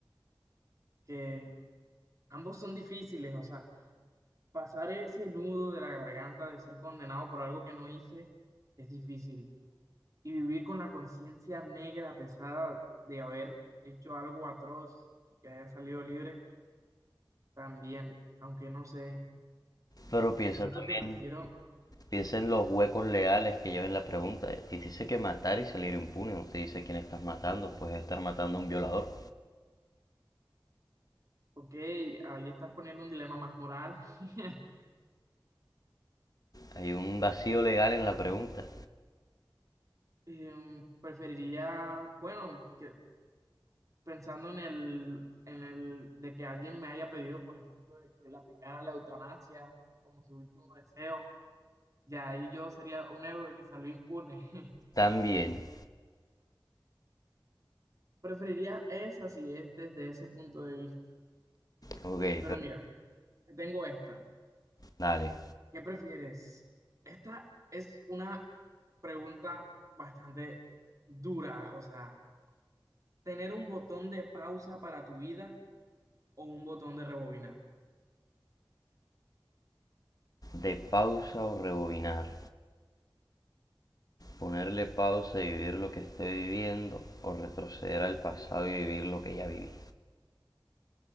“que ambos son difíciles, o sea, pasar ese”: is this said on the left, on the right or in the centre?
Right